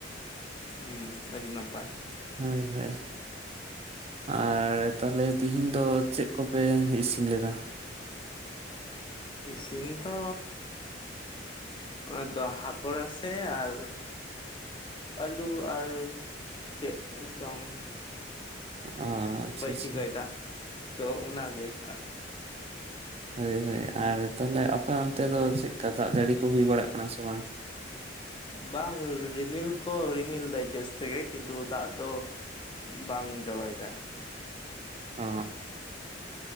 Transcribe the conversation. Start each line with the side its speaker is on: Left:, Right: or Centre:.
Left: ᱦᱩᱸ ᱟᱹᱰᱤ ᱱᱟᱯᱟᱭ ᱾
Right: ᱦᱳᱭ ᱦᱳᱭ ᱟᱨ ᱛᱟᱦᱚᱞᱮ ᱛᱮᱦᱤᱧ ᱫᱚ ᱪᱮᱫ ᱠᱚᱯᱮ ᱤᱥᱤᱱ ᱞᱮᱫᱟ ᱾
Left: ᱤᱥᱤᱱ ᱫᱚ᱾ ᱟᱫᱚ ᱦᱟᱠᱚᱲᱟ ᱥᱮ ᱟᱨ᱾ ᱟᱹᱞᱩ ᱟᱨ ᱪᱮᱫ ᱪᱚᱝ᱾
Right: ᱚ᱾ ᱟᱪᱪᱷᱟ
Left: ᱵᱟᱹᱧ
Right: ᱟᱪᱪᱷᱟ
Left: ᱴᱷᱤᱠᱟᱹᱭᱮᱫᱟ ᱛᱚ ᱚᱱᱟᱜᱮ ᱟᱹᱨᱠᱤ ᱾
Right: ᱦᱳᱭ ᱦᱳᱭ ᱟᱨ ᱛᱟᱦᱚᱸᱞᱮ ᱟᱯᱮ ᱚᱱᱛᱮ ᱫᱚ ᱪᱮᱫᱠᱟ ᱫᱟᱜ ᱡᱟᱹᱲᱤ ᱠᱚ ᱦᱩᱭ ᱵᱟᱲᱟᱜ ᱠᱟᱱᱟ ᱥᱮ ᱵᱟᱝ?
Left: ᱵᱟᱝ ᱨᱤᱢᱤᱞ ᱠᱚ ᱨᱤᱢᱤᱞ ᱫᱟᱭ ᱡᱟᱹᱥᱛᱤ ᱜᱮ ᱠᱤᱱᱛᱩ ᱫᱟᱜ ᱫᱚ᱾ ᱵᱟᱝ ᱡᱚᱨᱚᱭ ᱫᱟᱭ-ᱼ
Right: ᱚᱻ,